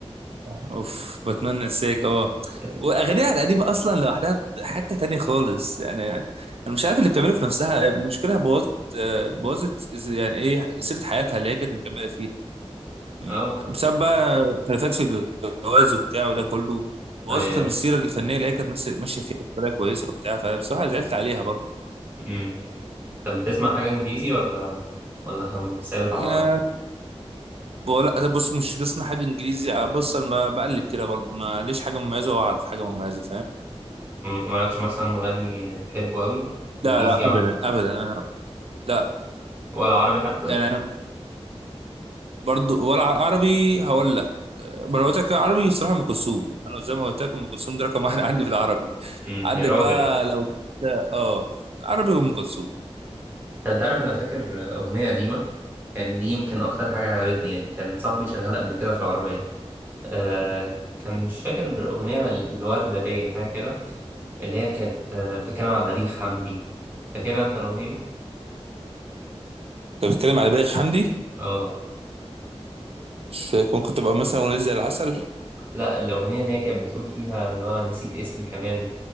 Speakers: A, on the right (about 60°); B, on the right (about 20°).
A: اوف بتمنى انساك اه
B: بس
A: واغانيها القديمه اصلا لوحدها حته تانية خالص يعني انا مش عارف اللي بتعمله في نفسها مشكلة بوظت آه، بوظت إز- يعني ايه سيره حياتها اللي هي كانت مكمله فيها م،
B: أه
A: بسبب بقى خلافات في الجواز وبتاع وده كله بوظت
B: أه يعني
A: المسيره الفنيه اللي هي كانت مس- ماشيه فيها بطريقه كويسه وبتاع فبصراحه زعلت عليها برضو
B: مم. طب بتسمع حاجة إنجليزي ولا ولا خم- ثابت
A: يعني
B: على العربي؟
A: بقول- لا، بص مش بسمع حاجه انجليزي آه، بص انا ما بقلب كده برضو ما ليش حاجه مميزه واعرف حاجه مميزه فاهم
B: مالكش مثلا مغني بتحبه أوي
A: لا
B: إنجليزي
A: لا
B: ولا
A: ابدا ابدا لا
B: ولا عربي حتى؟
A: يعني أنا برضو ولا ع- عربي هقول لك ما انا قلت لك عربي الصراحه ام كلثوم انا زي ما قلت لك ام كلثوم دي رقم واحد <laughs> عندي في العربي
B: امم
A: عندك
B: يا راجل
A: بقى لو اه عربي وام كلثوم
B: انت عارف انا فاكر اغنيه قديمه يعني دي يمكن اكتر حاجه عجبتني يعني كان صاحبي شغال قبل كده في العربيه آه كان مش فاكر الاغنيه الورده باين حاجه كده اللي هي كانت آه، بتتكلم عن بليغ حمدي فاكرها انت الاغنيه دي
A: كنت بتتكلم على بليغ حمدي
B: اه
A: مش فاكر ممكن تبقى مثلا اغنيه زي العسل
B: لا الاغنيه اللي هي كانت بتقول فيها اللي هو نسيت اسمي كمان